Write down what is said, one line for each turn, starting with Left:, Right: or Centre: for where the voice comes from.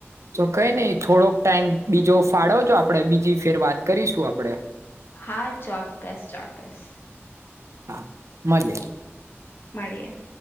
Right: તો કઈ નહીિ થોડોક ટાઈમ બીજો ફાળોજો આપડે બીજી ફેર વાત કરીશું આપડે
Left: હા ચોક્કસ ચો માકસ
Right: હા મળલે
Left: મળે